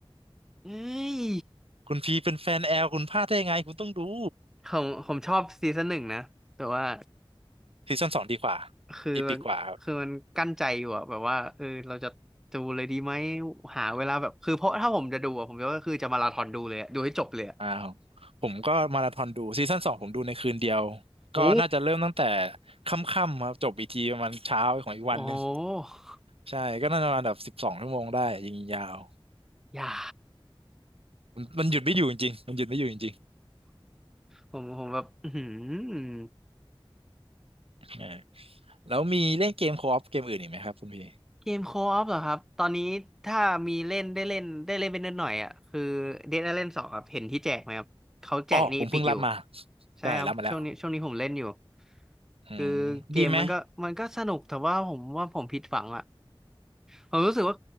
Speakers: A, in the centre; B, on the right.
A: เอ้ย
B: คุณพีเป็นแฟนแอลคุณพลาดได้ยังไงคุณต้องดู
A: ผมผมชอบซีซั่นหนึ่งนะแต่ว่า
B: ซีซั่นสองดีกว่า
A: คือ
B: อีปีกว่าครับ
A: คือมันกั้นใจอยู่อะแบบว่าเออเราจะดูเลยดีไหมหาเวลาแบบคือเพราะถ้าผมจะดูอะผมก็คือจะมาราธอนดูเลยอะดูให้จบเลยอะ
B: อ้าวผมก็มาราธอนดูซีซั่นสองผมดูในคืนเดียวก็น่าจะเริ่มตั้งแต่
A: โอ้
B: ค่ำๆครับจบอีกทีประมาณเช้าของอีกวันหนึ่ง
A: โอ้โห
B: ใช่ก็น่าจะประมาณแบบสิบสองชั่วโมงได้ยิงยาว
A: อย่า
B: มันมันหยุดไม่อยู่จริงๆมันหยุดไม่อยู่จริง
A: ผมผมแบบอือหือ
B: ๆเออแล้วมีเล่นเกมโคออฟเกมอื่นอีกไหมครับคุณพี่
A: เกมโคออฟเหรอครับตอนนี้ถ้ามีเล่นได้เล่นได้เล่นเป็นนิดหน่อยอ่ะคือเดดไอแลนด์สองครับเห็นที่แจกไหมครับเขาแจกในอีพิกอยู่
B: อ๋อผมเพิ่งรับมา
A: ใช่ครับช่วงนี้ช่วงนี้ผมเล่นอยู่
B: ได้รับมาแล้วอืมดีไหม
A: คือเกมมันก็มันก็สนุกแต่ว่าผมว่าผมผิดหวังอ่ะผมรู้สึกว่า